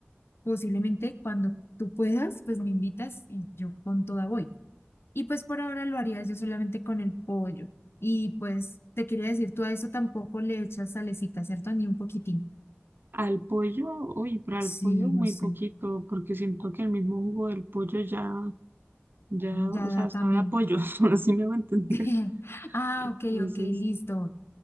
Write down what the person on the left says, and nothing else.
Posiblemente cuando tú puedas, pues me invitas y yo con toda voy. Y pues por ahora lo haría yo solamente con el pollo. Y pues te quería decir, tú a eso tampoco le echas salecita, ¿cierto? Ni un poquitín.
Sí,
no sé.
Ya
da también.
<laughs> Ah,
ok, ok, listo.